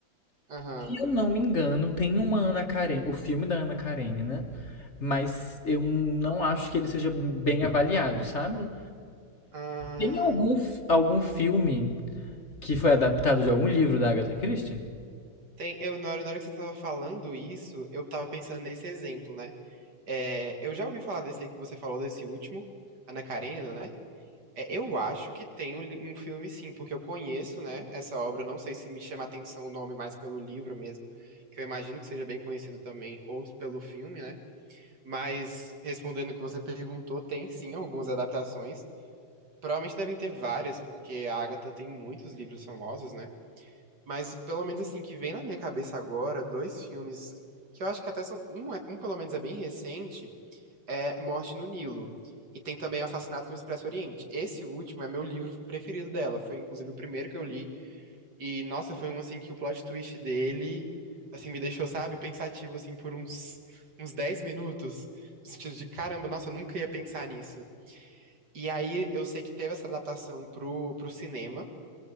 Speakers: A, on the right; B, on the left.
A: aham.
B: Se eu não me engano, tem uma Ana Karenina, o filme da Ana Karenina, mas eu não acho que ele seja bem avaliado, sabe?
A: Ah.
B: Tem algum, f- algum filme que foi adaptado de algum livro da Agatha Christie?
A: Tem, eu, na hora, na hora que você tava falando isso, eu tava pensando nesse exemplo, né? É, eu já ouvi falar desse aí que você falou, desse último, Ana Karenina, né? É, eu acho que tem um, li- um filme sim, porque eu conheço, né, essa obra, eu não sei se me chama a atenção o nome mais pelo livro mesmo, que eu imagino que seja bem conhecido também, ou pelo filme, né? Mas, respondendo o que você perguntou, tem sim algumas adaptações. Provavelmente devem ter várias, porque a Agatha tem muitos livros famosos, né? Mas pelo menos assim, que vem na minha cabeça agora, dois filmes que eu acho que até são. Um, é- um pelo menos é bem recente, é Morte no Nilo. E tem também o Assassinato no Expresso Oriente. Esse último é meu livro preferido dela. Foi inclusive o primeiro que eu li. E, nossa, foi um assim que o plot twist dele, assim, me deixou, sabe, pensativo assim por uns, uns 10 minutos. No sentido de, caramba, nossa, eu nunca ia pensar nisso. E aí eu sei que teve essa adaptação pro, pro cinema.